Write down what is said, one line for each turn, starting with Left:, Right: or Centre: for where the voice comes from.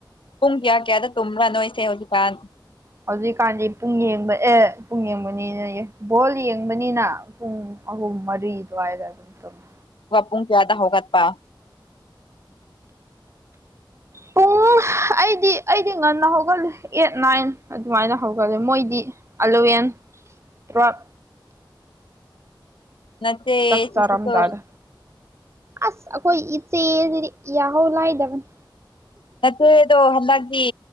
Left: ꯄꯨꯡ ꯀꯌꯥ ꯀꯌꯥꯗ ꯇꯨꯝꯕ꯭ꯔꯥꯅꯣꯏꯁꯦ ꯍꯧꯖꯤꯛꯀꯥꯟ
Right: ꯍꯧꯖꯤꯛꯀꯥꯟꯗꯤ ꯄꯨꯡ ꯌꯦꯡꯕ ꯑꯦ ꯄꯨꯡ ꯌꯦꯡꯕꯅꯤꯅ ꯕꯣꯜ ꯌꯦꯡꯕꯅꯤꯅ ꯄꯨꯡ ꯑꯍꯨꯝ ꯃꯔꯤ ꯑꯗꯨꯋꯥꯢ ꯑꯗꯨꯝ ꯇꯨꯝꯃꯦ
Left: ꯑꯗꯨꯒ ꯄꯨꯡ ꯀꯌꯥꯗ ꯍꯧꯒꯠꯄ
Right: ꯄꯨꯡ ꯑꯩꯗꯤ ꯑꯩꯗꯤ ꯉꯟꯅ ꯍꯧꯒꯠꯂꯦ ꯑꯦꯠ ꯅꯥꯏꯟ ꯑꯗꯨꯃꯥꯏꯅ ꯍꯧꯒꯠꯂꯦ ꯃꯣꯏꯗꯤ ꯑꯦꯂꯕꯦꯟ
Left: <inaudible>
Right: ꯇꯨꯌꯦꯞ
Left: ꯅꯆꯦ
Right: ꯆꯥꯛ
Left: ꯁꯤꯁꯨꯀꯣ
Right: ꯆꯥꯔꯝꯗꯥꯢꯗ ꯑꯁ ꯑꯩꯈꯣꯏ ꯏꯆꯦꯁꯤꯗꯤ ꯌꯥꯍꯧ ꯂꯥꯏꯗꯕꯅꯤ
Left: ꯅꯆꯦꯗꯣ ꯍꯟꯗꯛꯇꯤ